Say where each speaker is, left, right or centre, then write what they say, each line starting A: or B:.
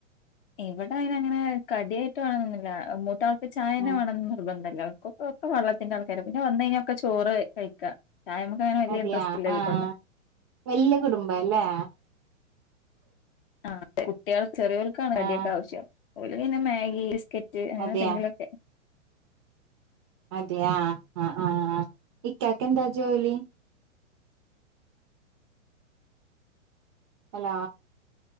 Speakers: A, on the left; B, on the right.
A: ഇവ്ടെ അയ്നങ്ങനെ കടിയായിട്ട് വാണന്നില്ല മൂത്ത ചായന്നെ
B: ഉം
A: വാണന്ന് നിർബന്ധ എല്ലാർക്കൊക്ക ഒക്കെ വള്ളത്തിന്റെ ആൾക്കാര പിന്നെ വന്ന് കിഞാക്കെ ചോറ് കഴിക്കാ ചായമ്മക്കങ്ങനെ വല്യ
B: അതെയാ
A: ഇൻട്രസ്റ്റ് ഇല്ലോൽക്കൊന്നും.
B: ആഹ് വല്യ കുടുംബലെ
A: ആഹ് അതെ കു കുട്ടികൾ ചെറിയൽക്കാണ് അടിയൊെ
B: ആഹ്
A: ആവശ്യം ഉൾന്ന മ്യഗി ഇ കെറ്റ് അങ്ങനെ
B: അതെയാ
A: എന്തെങ്കിലുംൊക്കെ
B: അതെയ ആ് ആഹ് ഇക്കക്ക എന്താ ജോലി അല